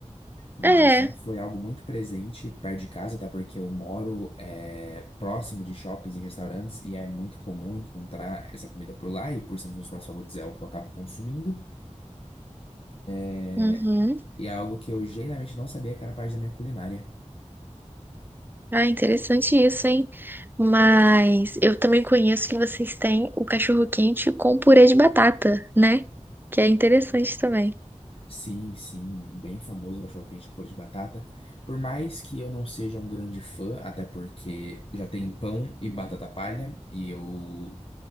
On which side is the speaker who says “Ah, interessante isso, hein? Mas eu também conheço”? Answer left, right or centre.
Right